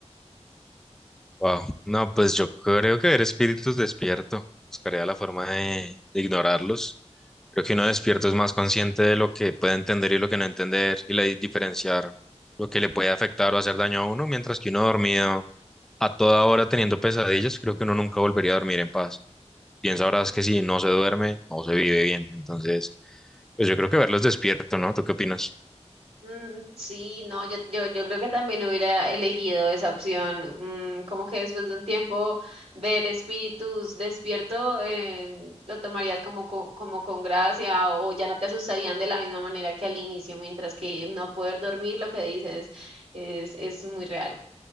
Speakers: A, in the centre; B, on the right.
A: Wow. No, pues yo creo que ver espíritus despierto. Buscaría la forma de, de ignorarlos. Creo que uno despierto es más consciente de lo que puede entender y lo que no entender y la di- diferenciar lo que le puede afectar o hacer daño a uno, mientras que uno dormido a toda hora teniendo pesadillas, creo que uno nunca volvería a dormir en paz. Bien sabrás que si no se duerme, no se vive bien. Entonces, pues yo creo que verlos despierto, ¿no? ¿Tú qué opinas?
B: Mm, sí, no, yo, yo, yo creo que también hubiera elegido esa opción. mm, como que después de un tiempo ver espíritus despierto, eh, lo tomarías como con, como con gracia o ya no te asustarían de la misma manera que al inicio, mientras que no poder dormir, lo que dices es, es muy real.